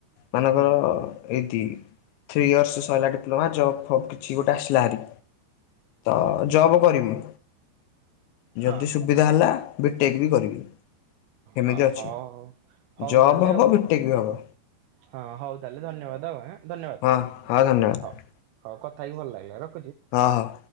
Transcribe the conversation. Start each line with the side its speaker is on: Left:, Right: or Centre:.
Left: ମାନଙ୍କର
Right: ହୁଁ
Left: ଏଇ ଦି ଥ୍ରୀ ଇୟର୍ସ ସରିଲା ଡିପ୍ଲୋମା ଜବ୍ ଫବ୍ କିଛି ଗୋଟେ ଆସିଲା ହରି। ତ ଜବ କରିବି। ଯଦି
Right: ହଁ
Left: ସୁବିଧା ହେଲା ବିଟେକ୍ ବି କରିବି। ଏମିତି
Right: ହଁ
Left: ଅଛି
Right: ହଉ ହଉ
Left: ଜବ
Right: ତାହେଲେ
Left: ହବ
Right: ଆଉ ହଉ।
Left: ବିଟେକ୍ ବି ହବ।
Right: ହଁ ହଉ ତାହେଲେ ଧନ୍ୟବାଦ ଆଉ ଆ ଧନ୍ୟବାଦ
Left: ହଁ ହଁ ଧନ୍ୟବାଦ
Right: ହଉ ହଉ କ ଥା ହେଇକି ଭଲ ଲାଗିଲା ର
Left: ହଁ ହଁ।